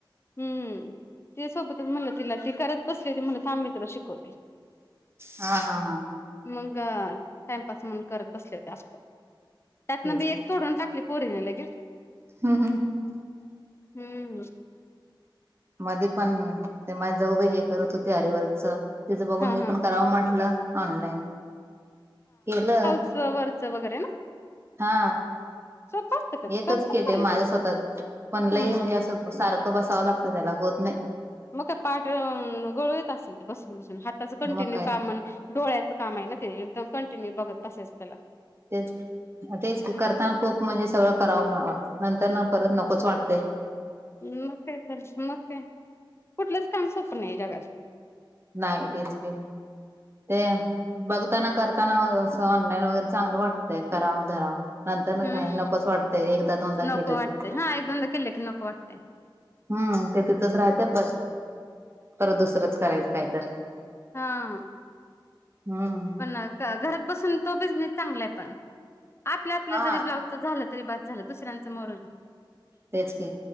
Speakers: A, on the left; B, on the right.
A: हम्म, तिच्या सोबतच म्हणलं तिला ती करत बसलेली म्हणलं, थांब मी तुला शिकवते.
B: हा हा हा.
A: मग टाइमपास म्हणून करत बसले त्यास्त, त्यातनं
B: तेच
A: बी
B: की.
A: एक तोडून टाकली पोरीने लगीच,
B: हम्म हम्म.
A: हम्म.
B: मध्ये पण ते माझी जाऊ बाई हे करत होते आरीवर्कच. तिज बघून
A: हा
B: मी
A: हा.
B: पण करावं म्हटलं, ऑनलाईन केलं.
A: स्ववरच वगैरे ना.
B: हा
A: सोपं असतं का ते
B: एकच
A: करतात
B: केलते
A: तरी.
B: माझ्या स्वतःच पण लई
A: हम्म
B: म्हणजे
A: हम्म.
B: असं सारखं बसावं लागतं त्याला होत नाही.
A: मग काय पाठ गळून येत असेल, ते बसून बसून हाताच कंटिन्यू
B: मग काय
A: काम अन् डोळ्याचं काम आहे ना ते. एकदम कंटिन्यू बघत बसायचं त्याला.
B: तेच मग तेच
A: हम्म.
B: की, करताना खूप म्हणजे सगळं करावं म्हणावा नंतर न परत नकोच वाटतंय.
A: मग काय तर, मग काय कुठलंच काम सोपं नाही जगात.
B: नाही तेच की. ते बघताना करताना असं ऑनलाईन वगैरे चांगलं वाटतंय करावं धराव नंतर न
A: हम्म.
B: काय नकोच वाटतंय, एकदा, दोनदा
A: नको
B: केलं
A: वाटतंय.
B: की.
A: हा एक, दोनदा केलं की नको वाटतय.
B: हम्म, ते तिथंच राहतेय पर परत, दुसरंच करायचं काय तर.
A: हा.
B: हम्म.
A: पण घरात बसून तो बिझनेस चांगलाय पण, आपल्या आपल्या
B: हा
A: जरी ब्लाऊजच झालं तरी बास झालं, दुसऱ्यांचं मरूदे.
B: तेच की,